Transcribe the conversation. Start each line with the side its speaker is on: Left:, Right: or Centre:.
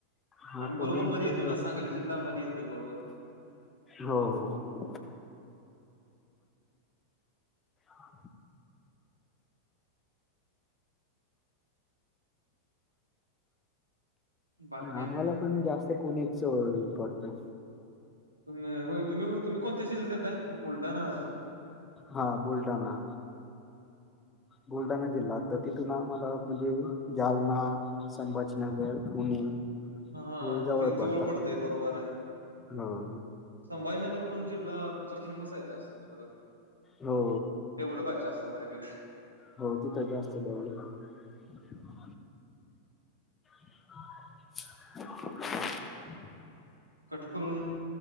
Left: हा
Right: आम्ही बरोबर
Left: पुणे म्हणजे
Right: मध्ये येतोय ना सांगली जिल्हा मध्ये येतोय बरोबर.
Left: हो हो हा
Right: बाकी काय
Left: आम्हाला
Right: मग आणि
Left: पण जास्त पुण्याच जवळ पडतं.
Right: तु हो तुम्ही तुम्ही कोणत्या जिल्ह्यात येताय. बुलडाणा ना
Left: हा बुलडाणा बुलढाणा जिल्हा, तर तिथून आम्हाला म्हणजे जालना. संभाजीनगर, पुणे,
Right: हा
Left: हे
Right: हा ते जवळ
Left: पडतात
Right: पडतंय बरोबर आहे.
Left: हो
Right: संभाजीनगर पण जिल्हा तुमचा फेमस आहे जास्त तिकडं.
Left: हो
Right: डेवलफ आहे जास्त बऱ्यापैकी.
Left: हो तिथं जास्त डेवलफ आहे. <inaudible>
Right: कट करून